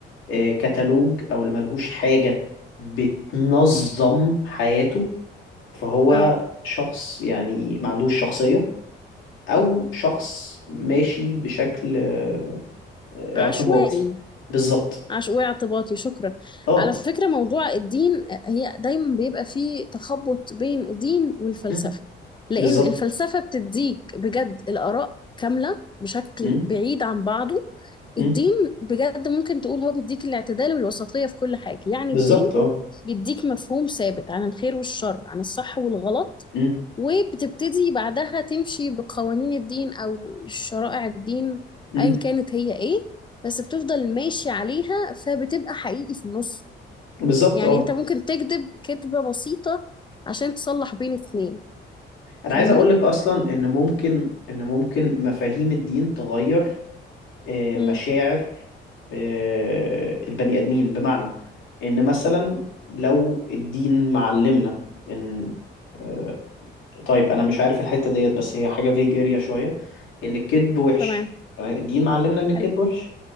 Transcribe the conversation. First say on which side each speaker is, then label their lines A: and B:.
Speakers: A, on the left (about 75°); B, on the left (about 25°).
A: آه، كتالوج او اللي ملهوش حاجة بتنظم حياته فهو
B: اه
A: شخص يعني ما عندوش شخصية او شخص ماشي بشكل آه، اعتباطي
B: عشوائي
A: بالظبط
B: عش واعتباطي شكرا
A: اه
B: على فكرة موضوع الدين هي دايما بيبقى فيه تخبط بين الدين والفلسفة
A: مم.
B: لأن
A: بالظبط
B: الفلسفة بتديك بجد الآراء كاملة بشكل
A: مم.
B: بعيد عن بعضه
A: مم.
B: الدين بجد ممكن تقول هو بيديك الاعتدال والوسطية في كل حاجة يعني
A: بالظبط
B: الدين
A: اه
B: بيديك مفهوم ثابت عن الخير والشر عن الصح والغلط
A: مم.
B: وبتبتدي بعدها تمشي بقوانين الدين أو شرائع الدين
A: مم.
B: أيا كانت هي إيه بس بتفضل ماشي عليها فبتبقى حقيقي في النص
A: بالظبط
B: يعني
A: اه
B: أنت ممكن تكذب كذبة بسيطة عشان تصلح بين اتنين
A: انا
B: فاهمني؟
A: عايز اقول لك اصلا ان ممكن ان ممكن مفاهيم الدين تغير آه،
B: مم.
A: مشاعر آه، البني ادمين بمعنى ان مثلا لو الدين معلمنا ان آه، طيب انا مش عارف الحتة ديت بس هي حاجة فيج اريا شوية ان الكذب وحش
B: تمام
A: تمام؟ الدين معلمنا ان
B: حلو
A: الكذب وحش